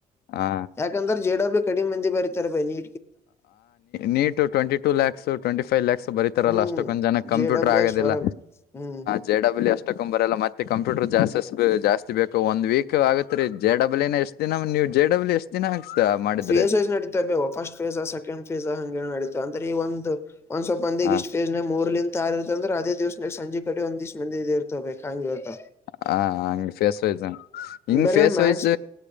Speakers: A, on the left; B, on the left.
A: ಹಾ
B: ಯಾಕಂದ್ರೆ ಜೆಡಬ್ಲ್ಯ ಕಡಿ ಮಂದಿ ತರ ನೀ
A: ನೀಟ್ ಟ್ವೆಂಟ ಟ ಲ್ಾಸ್ ಟ್ವೆಂಟ ಫೈವ್ ಲ್ಯಾಕ್ಸ್ ಬರಿೀತಾರಲ್ಲ
B: ಹ್ಮ್
A: ಅಷ್ಟೊಕ್ಕೊಂದ ಜನ ಕಂಪ್ಯೂಟರ್
B: ಜೆ ಡಬ್ಲ್ಯೂ
A: ಆಗೋದಿಲ್ಲ
B: ಎಸ್ ಬರಲ್ ಹ್ಮ್
A: ಜೆ ಡಬ್ಲ್ೂ ಎ ಅಷ್ಟಕ್ಕೊ್ ಬರಲ್ಲ ಮತ್ತೆ ಕಂಪ್ಯೂಟರ್ ಜಾಸ್ ಜಾಸ್ತಿೇಕ ಒಂದ ವೀಕ್ ಆಗತ್ ರ ಜ ಡಬಲ್ ಎಷ್ಟ ದಿನ ನೀವು ಜೆ ಡಬ್ಲ್ ಎಷ್ಟ್ ದಿನ ಮಾಡಿದ್ರಿ
B: ಫೇಸ್ ವೈಸ್ ನಡೀತವೆ ಬೇವು ಫಸ್ಟ್ ಫೇಸ್ ಸೆಕೆಂಡ್ ಫೇಸ್ ಹಂ ನಡೀತ ಅಂದ್ರೆ ಈ ಒಂದು ಒಂದ್ ಸ್ವಪ ಮಂದಿಗೆ
A: ಹ
B: ಇಷ್ಟ್ ಪೇಜ ನ ಮೂರ್ಲಂದ ತಾರ್ ಇರ್ತ ಅ್ರ ಅದೇ ದಿವಸಾಗ ಸಂಜೆ ಕಡೆ ಒಂದ ದ್ ಮಂದ ಇದ ಇರ್ತಬೇಕು ಕಗೆತ
A: ಹ ಹ ಫೇಸ್ ವ್ ಹಂಗ
B: ಬರೆ
A: ಫೇಸ್
B: ಮ್ಯಾಕ್ಸ್
A: ವಾಯ್